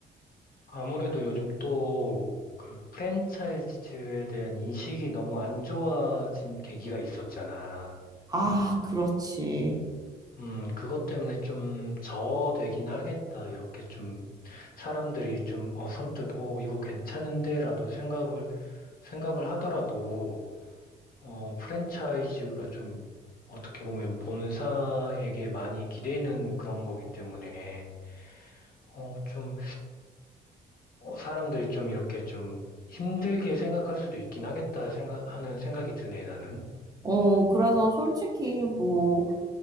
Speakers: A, on the left; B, on the right.
A: 아무래도 요즘 또 그 프랜차이즈에 대한 인식이 너무 안 좋아진 계기가 있었잖아.
B: 아, 그렇지.
A: 음, 그것 때문에 좀 저되긴 하겠다. 이렇게 좀 사람들이 좀 어, 선뜻, 어, 이거 괜찮은데라도 생각을, 생각을 하더라도 어, 프랜차이즈가 좀 어떻게 보면 본사에게 많이 기대는 그런 거기 때문에 어, 좀 어, 사람들이 좀 이렇게 좀 힘들게 생각할 수도 있긴 하겠다 생각, 하는 생각이 드네, 나는.
B: 어, 그래서 솔직히 뭐,